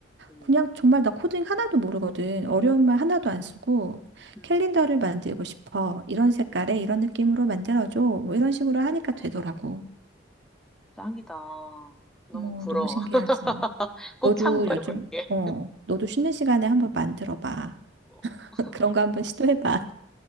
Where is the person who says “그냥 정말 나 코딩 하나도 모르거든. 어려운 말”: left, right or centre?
Right